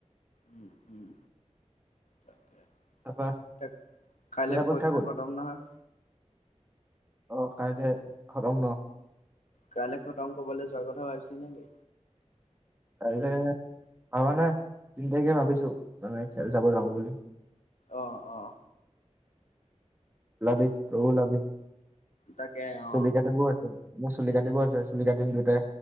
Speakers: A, on the left; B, on the right.
A: উম-উম তাকে। এ
B: তাৰপা
A: কাইলৈ
B: কেইটা
A: পৰীক্ষা
B: গ'ল
A: কদম নহয়।
B: অ' কাইলে খতম ন।
A: কাইলে খতং কবলে যোৱা কথা ভাবিছ নেকি?
B: ত ভাৱা নাই তিনি তাকে ভাবিছো মানে খেল চাব যাওঁ বুলি।
A: অহ-অহ।
B: ওলাবি তই ওলাবি
A: তাকে অ
B: চল কাতে বোৰ আছে। ম চুলি কাটিব আছে চুলি কাটি সিলিতে